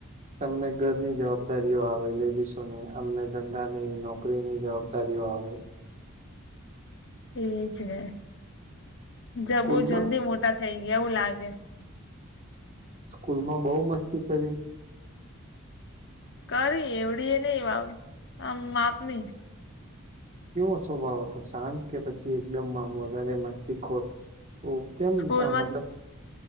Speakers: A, on the right; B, on the left.
A: તમને ઘરની જવાબદારીઓ આવે લેડીસોને અમને ધંધાની નોકરીની જવાબદારીઓ આવે
B: એજ ને જ
A: સ્કૂલમાં
B: બોહ જલ્દી મોટા થઈ ગયા એવું લાગે
A: સ્કૂલ માં બઉુ મસ્તી કરી
B: કરી એવડી એ નહ વા આમ માપની
A: કેવો સ્વભાવ હતો શાંત કે પછી એકદમ મામ વધારે મસ્તી ખો ઓ કેમ
B: સ્કૂલમાં
A: મતલબ